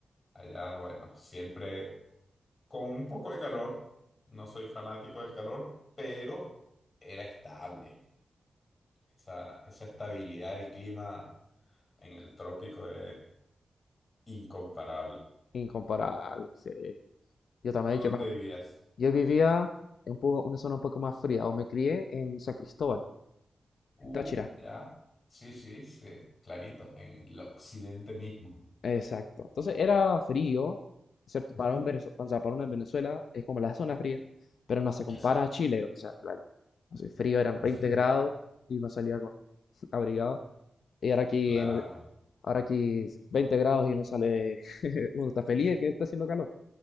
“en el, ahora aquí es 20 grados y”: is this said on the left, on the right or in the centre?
Left